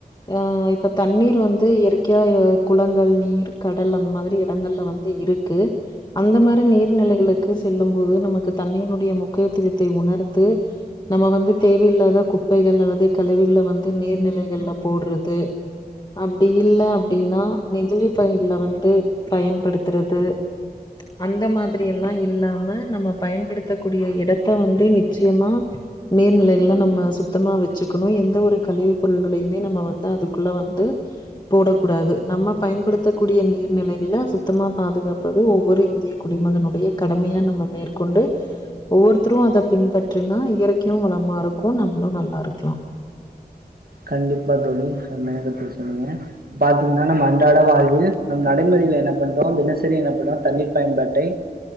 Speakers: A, on the left; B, on the right.
A: ஆஹ் இப்ப தண்ணீர் வந்து இயற்கையா குளங்கள் நீர் கடல் அந்த மாதிரி இடங்கள்ல வந்து இருக்கு அந்த மாரி நீர்நிலைகளுக் கு செல்லு போது நமக்கு தண்ணியினுடைய முக்கியத்துவத்தை உணர்ந்து நம்ம வந்து தேவையில்லாத குப்பைகள் அல்லது கழிவுகள வந்து நீர்நிலைகள்ல போடுறது அப்டி இல்ல அப்டினா நெகிழி பைகள வந்து பயன்படுத்துறது அந்த மாதிரியெல்லா இல்லாம் நம்ம நம்ம பயன்படுத்தக்கூடிய இடத்த வந்து நிச் சியமா நீர்நிலை ல்ல நம்ம சுத்தமா வெச்சுக்கணு எந்த ஒரு கழிவு பொருள்களையுமே நம்ம வந்து அதுக்குள்ள வந்து போடக்கூடாது நம்ம பயன்படுத்தக்கூடிய நீர்நிலைகள சுத்தமா பாதுகாப்பது ஒவ்வொரு இந்திய குடிமகனுடைய கடமையா நம்ம மேற்கொண்டு ஒவ்வொரு தரு அத பின்பற்றினா இயற் க்யூ வளமா இருக் கு நம்மளு நல்லா இருக்கலா
B: கண்டிப்பா தோழி செம்மயா கருத்து சொன்னீங்க பாத்தீங்கனா நம்ம அன்றாட வாழ்வில் நம் நடைமுறையில என்ன பண்றோ தினசரி என்ன பண்றோ தண்ணீர் பயன்பாட்டை